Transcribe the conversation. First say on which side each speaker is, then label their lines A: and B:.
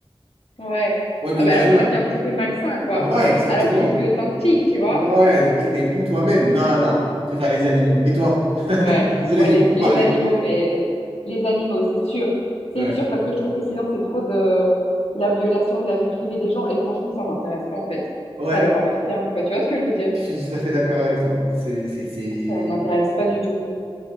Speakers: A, on the left; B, on the right.
A: Ouais.
B: Ouais, mais
A: Ah,
B: imaginons.
A: mais alors que ça
B: elle-
A: devient un petit peu malsain, quoi.
B: Ouais, exactement.
A: Alors que t'es plus authentique, tu vois?
B: Ouais, donc là, t'es plus toi-même. Non, non, non. Je préfère les animaux. Et toi?
A: Ouais,
B: Je suis Désolé,
A: ouais,
B: j'ai
A: les,
B: beaucoup
A: les
B: parlé.
A: animaux, mais les animaux, c'est sûr. C'est
B: Ouais,
A: sûr parce que je trouve que sinon c'est trop de la violation de la vie privée des gens et franchement ça m'intéresse pas en fait.
B: ouais,
A: Ça leur appartient, quoi. Tu vois ce que je veux dire?
B: je suis tout à fait d'accord avec toi. C'est, c'est, c'est...
A: Ça m'intéresse pas du tout.